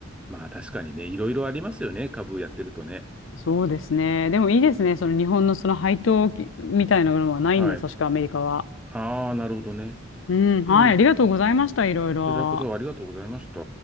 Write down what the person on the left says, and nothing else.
そうですね。でもいいですね。その日本のその配当金みたいなものはないんで、
確かアメリカは。
うん、
はい、ありがとうございました、いろいろ。